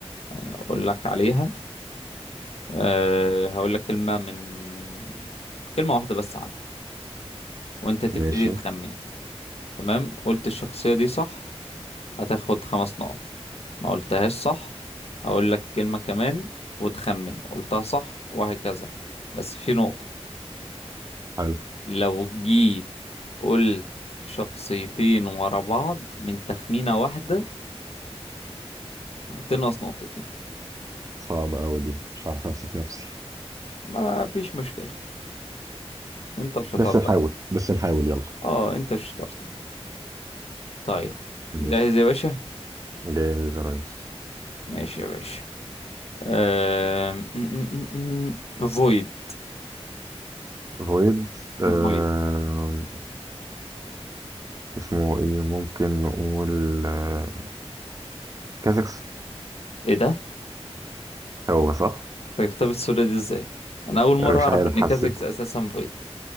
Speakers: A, on the left; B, on the right.
A: هقول لك عليها أه هقول لك كلمه من كلمه واحده بس عنها وانت تبتدي
B: ماشي
A: تخمن تمام قلت الشخصيه دي صح هتاخد خمس نقط ما قلتهاش صح هقول لك كلمة كمان وتخمن قلتها صح وهكذا بس في نقطة
B: حلو
A: لو جيت قلت شخصيتين ورا بعض من تخمينة واحدة هتنقص نقطتين
B: صعبة أوي دي مش عارف أمسك نفسي
A: ما فيش مشكلة انت وشطارتك
B: بس نحاول بس نحاول يلا
A: اه انت وشطارتك طيب
B: ماشي
A: جاهز يا باشا
B: جاهز يا ريس
A: ماشي يا باشا أم... م- م- م- م- فويد
B: غويد آه
A: فويد
B: اسمه إيه ممكن نقول آه كازكس
A: ايه ده
B: هو صح؟
A: طيب كتاب السوله دي ازاي انا اول مره
B: مش
A: اعرف
B: عارف حسيت
A: ان كازكس اساسا فويد